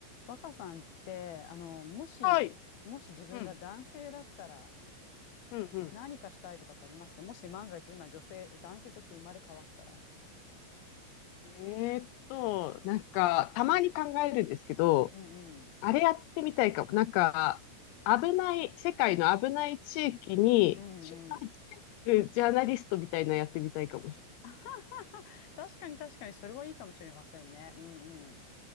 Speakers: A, on the left; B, on the left.
A: 若さんって、あの、もし、
B: はい。
A: もし自分が男性だったら
B: うん。うん、うん。
A: 何かしたいとかってありますかもし万が一今女性、男性として生まれ変わったら。
B: えーっと、なんか、たまに考えるんですけど、
A: うんうん。
B: あれやってみたいかも。なんか、危ない、世界の危ない地域に、
A: うんうん。
B: 取材してくジャーナリストみたいなのやってみたいかも。
A: <laughs> 確かに確かに、それはいいかもしれませんね。うんうん。